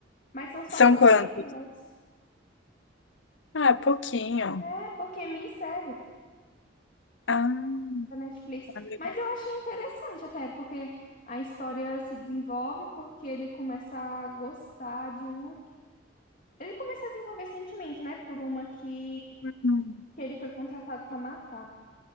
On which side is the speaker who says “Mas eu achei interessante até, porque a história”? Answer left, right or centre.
Left